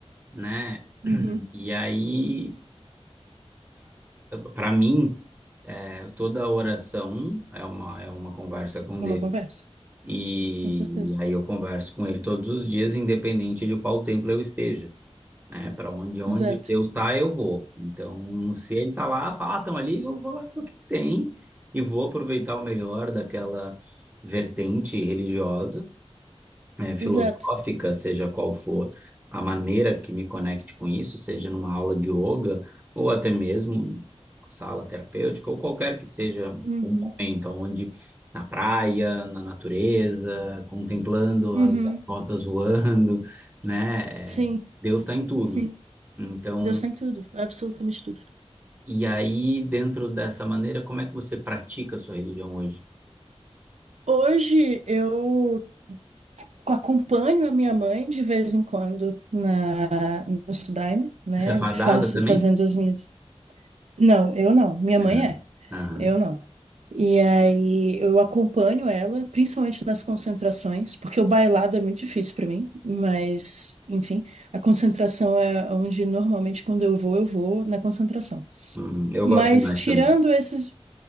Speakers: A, on the right; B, on the right.
A: né? <clears throat>
B: Uhum.
A: E aí para mim é, toda oração é uma é uma conversa com
B: É
A: Deus.
B: uma conversa,
A: E
B: com certeza.
A: aí eu converso com ele todos os dias, independente de qual templo eu esteja, né? Para onde onde
B: Exato,
A: Deus tá, eu vou. Então, se ele tá lá, fala, ah, estão ali, eu vou lá ver o que que tem e vou aproveitar o melhor daquela vertente religiosa eh, filosófica,
B: exato.
A: seja qual for a maneira que me conecte com isso, seja numa aula de yoga ou até mesmo numa sala terapêutica ou qualquer que seja
B: Uhum.
A: o momento onde na praia, na natureza, contemplando
B: Uhum.
A: as gaivotas voando, né?
B: Sim,
A: eh, Deus está em tudo.
B: sim.
A: Então,
B: Deus tem tudo, absolutamente tudo.
A: e aí dentro dessa maneira, como é que você pratica a sua religião hoje?
B: Hoje eu acompanho a minha mãe de vez em quando na, no Studime, né?
A: Você é fardada
B: Faço,
A: também?
B: fazendo as minhas. Não, eu não. Minha mãe
A: Aham,
B: é.
A: aham.
B: Eu não. E aí eu acompanho ela, principalmente nas concentrações, porque o bailado é muito difícil pra mim, mas enfim, a concentração é onde normalmente quando eu vou, eu vou na concentração.
A: Hum, eu
B: Mas
A: gosto mais
B: tirando
A: também.
B: esses,